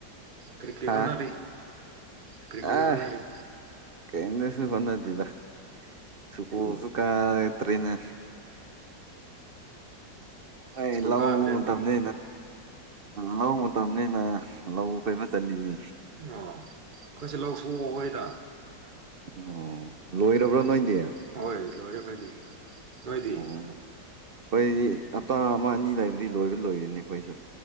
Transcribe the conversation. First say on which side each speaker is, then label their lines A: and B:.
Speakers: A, on the right; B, on the right.
A: ꯀꯔꯤ ꯀꯔꯤ
B: ꯍꯥ
A: ꯍꯣꯠꯅꯔꯤ꯫ ꯀꯔꯤ
B: <inaudible>
A: ꯀꯔꯤ ꯍꯣꯠꯅꯔꯤ
B: ꯀꯩꯝꯇꯁꯨ ꯍꯣꯠꯅꯗꯦꯗ ꯁ꯭ꯀꯨꯜ ꯀꯇꯔꯤꯅꯦ꯫ ꯅꯣꯏ
A: ꯁ꯭ꯀꯨꯜ
B: ꯂꯧ
A: ꯀꯥꯗ꯭ꯔꯦꯕ
B: ꯃꯇꯝꯅꯦ ꯂꯧ ꯃꯇꯝꯅꯤꯅ ꯂꯧ ꯀꯣꯏꯕ ꯆꯥꯠꯂꯤꯅꯤ꯫
A: ꯑꯣ ꯑꯩꯈꯣꯏꯁꯨ ꯂꯧ ꯁꯣꯛꯎꯈꯩꯗ
B: ꯑꯣ ꯂꯣꯏꯔꯕ꯭ꯔꯣ
A: ꯂꯣꯏ
B: ꯅꯣꯏꯗꯤ꯫
A: ꯍꯣꯏ ꯂꯣꯏꯔꯦ ꯈꯣꯏꯗꯤ ꯅꯣꯏꯗꯤ꯫
B: ꯑꯣ ꯑꯩꯈꯣꯏꯗꯤ ꯍꯞꯇꯥ ꯑꯃ ꯑꯅꯤ ꯂꯩꯕꯗꯤ ꯂꯣꯏꯕ ꯂꯣꯏꯔꯤꯅꯤ ꯑꯩꯈꯣꯏꯁꯨ꯫